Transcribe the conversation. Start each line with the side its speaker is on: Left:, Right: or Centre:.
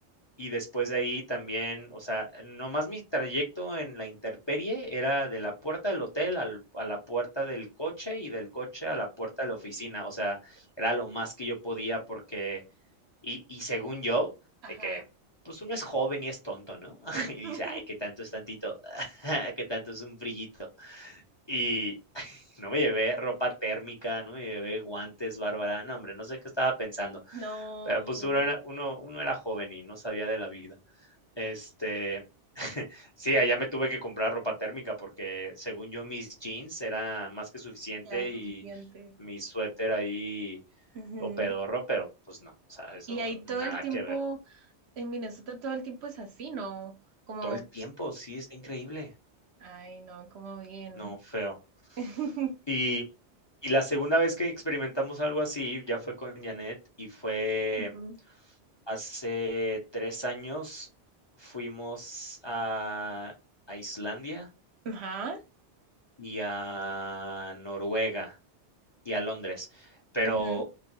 Left: Y después de ahí también, o sea, nomás mi trayecto en la intemperie era de la puerta del hotel al a la puerta del coche, y del coche a la puerta de la oficina. O sea, era lo más que yo podía porque y y según yo,
Right: Ajá.
Left: de que, pues, uno es joven y es tonto, ¿no? <laughs>
Right: <laughs>
Left: Y dice: "Ay, qué tanto es tantito, <laughs> qué tanto es un frillito". Y no me llevé ropa térmica, no me llevé guantes, Bárbara. No, hombre, no sé qué estaba pensando,
Right: No,
Left: pero, pues, uno era uno uno era joven y no sabía de la vida. Este, <laughs> sí, allá me tuve que comprar ropa térmica porque según yo mis jeans era más que suficiente
Right: ya suficiente.
Left: y mi suéter ahí
Right: Ujú.
Left: todo pedorro, pero pues no, o sea, eso
Right: Y ahí
Left: nada
Right: todo el tiempo,
Left: que ver.
Right: en Minnesota todo el tiempo es así, ¿no? Como,
Left: Todo el tiempo, sí, está increíble.
Right: ay, no, como bien.
Left: No, feo.
Right: <laughs>
Left: Y, y la segunda vez que experimentamos algo así ya fue con Janet y fue
Right: Ujú.
Left: hace tres años fuimos a, a Islandia
Right: Ajá.
Left: y a Noruega y a Londres, pero
Right: Ujú.